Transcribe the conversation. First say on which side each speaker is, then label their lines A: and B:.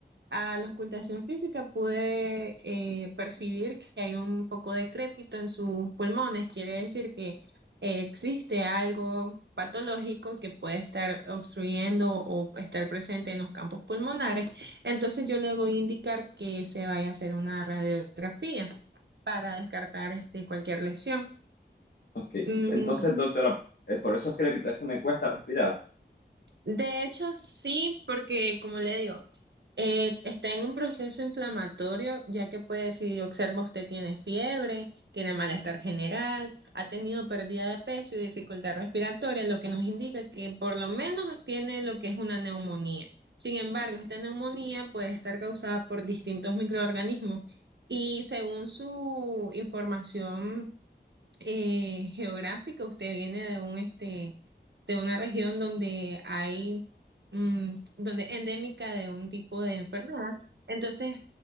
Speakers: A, on the right; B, on the left.
A: A la ocultación física pude eh, percibir que hay un poco de crépito en sus pulmones, quiere decir que eh, existe algo patológico que puede estar obstruyendo o estar presente en los campos pulmonares. Entonces yo le voy a indicar que se vaya a hacer una radiografía para descartar este, cualquier lesión.
B: Ok,
A: Mm,
B: entonces, doctora, eh, por esos crépitos es que me cuesta respirar.
A: De hecho, sí, porque como le digo, eh, está en un proceso inflamatorio, ya que puede, si observa usted tiene fiebre, tiene malestar general, ha tenido pérdida de peso y dificultad respiratoria, lo que nos indica que por lo menos tiene lo que es una neumonía. Sin embargo, esta neumonía puede estar causada por distintos microorganismos y según su información eh, geográfica, usted viene de un este de una región donde hay mm, donde endémica de un tipo de enfermedad. Entonces,